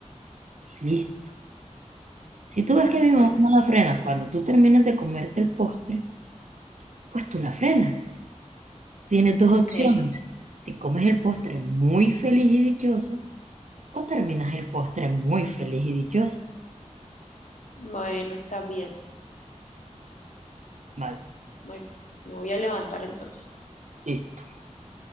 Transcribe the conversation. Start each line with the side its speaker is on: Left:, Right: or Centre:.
Right: y listo. Si tú ves que mi
Left: Bueno,
Right: mamá no
Left: es-
Right: la frena, cuando tú terminas de comerte el postre, pues tú la frenas. Tienes dos
Left: ok,
Right: opciones. Te comes el postre muy feliz y dichosa o terminas el postre muy feliz y dichosa.
Left: bueno, está bien.
Right: Vale,
Left: Bueno, me voy a levantar entonces.
Right: listo.